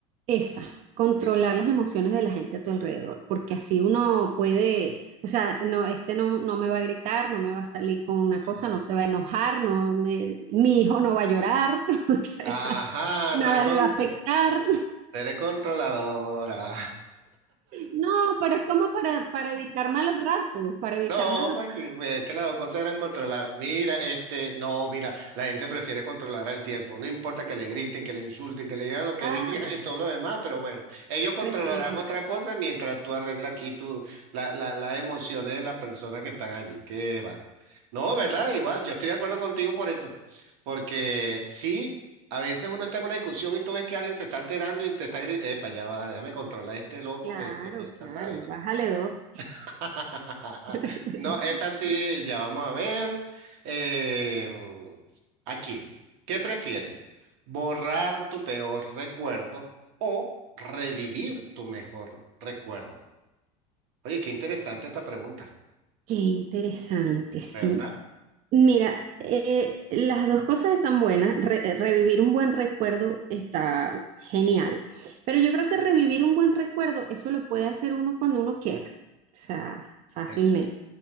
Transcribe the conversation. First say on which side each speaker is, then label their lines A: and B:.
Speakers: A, on the right; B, on the right.
A: esa, controlar
B: Es-
A: las emociones de la gente a tu alrededor, porque así uno puede, o sea, no, este no, no me va a gritar, no me va a salir con una
B: ah,
A: cosa, no se va a enojar, no me- mi hijo no va a llorar, <laughs> o sea,
B: Ajá,
A: nada
B: tú eres, con-
A: le va a afectar.
B: tú eres controladora.
A: No, pero es como para, para evitar malos ratos, para evitar
B: No,
A: malos...
B: pues, que pues, que las dos cosas eran controlar. Mira, este, no, mira, la gente prefiere controlar al tiempo. No importa que le griten, que le insulten, que le digan lo que
A: Ah,
B: <laughs> digan
A: bueno,
B: y todo lo demás, pero bueno, ellos controlarán
A: Preferir.
B: otra cosa mientras tú arreglas aquí tu, la, la, las emociones de las personas que están allí. ¿Qué va? No, ¿verdad? Igual, yo estoy de acuerdo contigo por eso. Porque sí, a veces uno está en una discusión y tú ves que alguien se está alterando y te está gritando, epa, ya va, déjame controlar a este loco
A: Claro,
B: que, que piensa,
A: claro,
B: ¿sabes?
A: bájale dos.
B: <laughs>
A: <laughs>
B: No, esta sí, ya vamos a ver. Eh, aquí, ¿qué prefieres? ¿Borrar tu peor recuerdo o revivir tu mejor recuerdo? Oye, qué interesante esta pregunta,
A: Qué interesante, sí.
B: ¿verdad?
A: Mira, eh, las dos cosas están buenas. Re- eh, revivir un buen recuerdo está genial. Pero yo creo que revivir un buen recuerdo, eso lo puede hacer uno cuando uno quiera. O sea, fácilmente.
B: Eso es.